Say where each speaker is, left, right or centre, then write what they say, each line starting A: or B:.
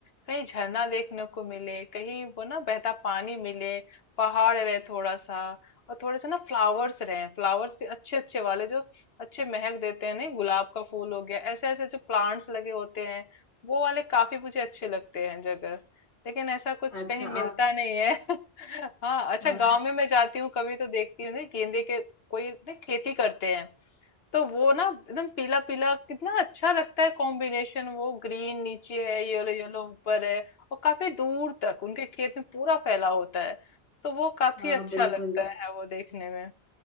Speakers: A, on the left (about 65°); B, on the left (about 85°).
A: कहीं झरना देखने को मिले कहीं वो ना बहता पानी मिले पहाड़ रहे थोड़ा सा और थोड़े से ना फ्लावर्स रहे फ्लावर्स भी अच्छे अच्छे वाले जो अच्छे महक देते हैं नहीं गुलाब का फूल हो गया ऐसे ऐसे जो प्लांट्स लगे होते हैं वो वाले काफी मुझे अच्छे लगते हैं जगह लेकिन ऐसा कुछ
B: अच्छा
A: कहीं मिलता
B: आप
A: नहीं है <laughs> हाँ अच्छा
B: हाँ
A: गांव में मैं जाती हूँ कभी तो देखती हूँ ना गेंदे के कोई ना खेती करते हैं तो वो ना एकदम पीला पीला कितना अच्छा लगता है कॉम्बिनेशन वो ग्रीन नीचे है येलो येलो ऊपर है और काफी दूर तक उनके खेत में पूरा फैला होता है तो वो काफी
B: हाँ
A: अच्छा
B: बिल्कुल
A: लगता है वो देखने में